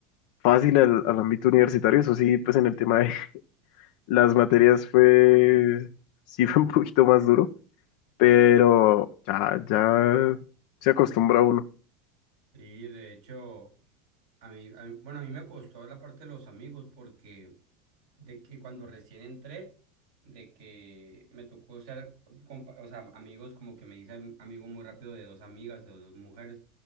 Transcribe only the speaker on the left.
fácil al, al ámbito universitario, eso sí, pues en el tema de <laughs> las materias fue, sí fue un poquito más duro, pero ya, ya se acostumbra uno.